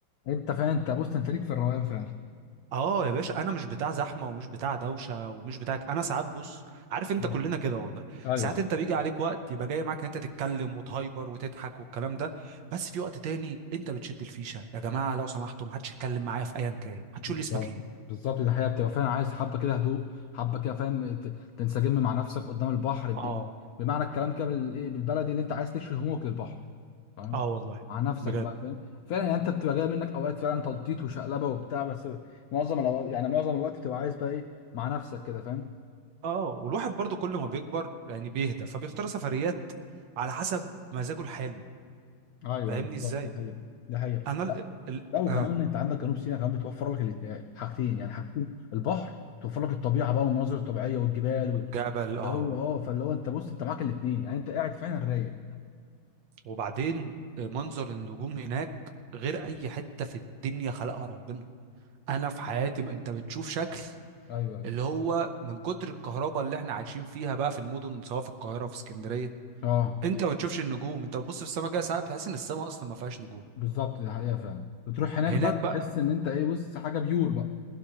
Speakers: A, on the left; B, on the right.
A: انت فاهم انت بص انت ليك في الروقان فعلا
B: اه يا باشا انا مش بتاع زحمه ومش بتاع دوشه ومش بتاع انا ساعات بص عارف انت
A: أمم.
B: كلنا كده والله
A: ايوه
B: ساعات انت بيجي عليك وقت يبقى جاي معاك ان انت تتكلم وتهايبر وتضحك والكلام ده بس في وقت تاني انت بتشد الفيشه يا جماعه لو سمحتوا ما حدش يتكلم معايا في ايا كان ما حدش
A: بالظبط
B: يقول لي اسمك ايه
A: بالظبط ده حقيقة بتبقى فعلا عايز حبه كده هدوء حبه كده فاهم ت- تنسجم مع نفسك قدام البحر بال...
B: اه
A: بمعنى الكلام كده بالايه بالبلدي اللي انت عايز تشوي همومك للبحر فاهم
B: اه والله
A: مع نفسك
B: بجد
A: بقى فاهم فعلا يعني انت بتبقى جاي منك اوقات فعلا تنطيط وشقلبه وبتاع بس معظم الأوقات يعني معظم الوقت بتبقى عايز بقى ايه مع نفسك كده فاهم
B: اه والواحد برضو كل ما بيكبر يعني بيهدى فبيختار سفريات على حسب مزاجه الحالي
A: ايوه
B: فاهمني
A: أيوة، بالظبط
B: ازاي
A: ده حقيقه ده حقيقه
B: انا ال... ال...
A: لا وكمان
B: اه
A: انت عندك جنوب سيناء كمان بتوفر لك الاتنين حاجتين يعني حاجتين البحر بتوفر لك الطبيعه بقى والمناظر الطبيعيه والجبال وال...
B: والجبل
A: اللي
B: اه
A: هو اه فاللي هو انت بص انت معاك الاتنين يعني انت قاعد فعلا رايق
B: وبعدين منظر النجوم هناك غير اي حته في الدنيا خلقها ربنا انا في حياتي ما انت بتشوف شكل
A: ايوه ايوه
B: اللي هو من كتر الكهرباء اللي احنا عايشين فيها بقى في المدن سواء في القاهره في اسكندريه
A: اه
B: انت ما بتشوفش النجوم انت بتبص في السماء كده ساعات بتحس ان السماء اصلا ما فيهاش نجوم
A: بالظبط دي حقيقه فعلا بتروح هناك
B: هناك
A: بقى
B: بقى
A: تحس ان انت ايه بص حاجه بيور بقى